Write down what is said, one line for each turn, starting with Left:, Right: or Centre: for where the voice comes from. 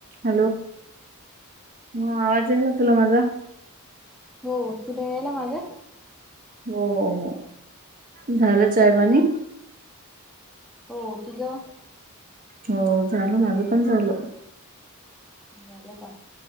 Right: Hello! हा आवाज याला तुला माझा?
Centre: हो तुला याला माझा?
Right: हो हो हो झालं चायपाणी?
Centre: हो, तुझं?
Right: हो, झालं. माझं पण झालं.
Centre: झाल का.